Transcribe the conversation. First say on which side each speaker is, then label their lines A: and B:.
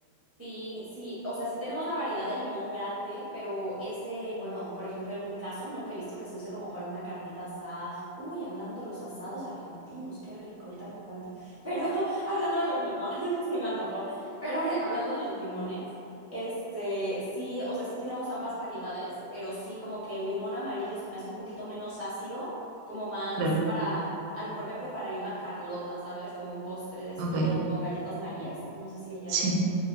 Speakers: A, on the right (about 15°); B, on the right (about 70°).
A: Sí, sí, o sea, sí tenemos la variedad de limón grande, pero ese, bueno, por ejemplo, en mi caso nunca he visto que se use como para una carnita asada. Uy, hablando de los asados argentinos, qué rico, ahorita me cuentas. Pero <laughs> hablando de los limones, <laughs> sí me antojó, pero ahora, hablando de los limones, este, sí, o sea, sí tenemos ambas variedades, pero sí como que el limón amarillo se me hace un poquito menos ácido, como más
B: Claro,
A: para, a lo mejor me prepararía una carlota, ¿sabes? Como un postre de estos
B: ok,
A: con galletas Marías, no sé si ella
B: sí.
A: los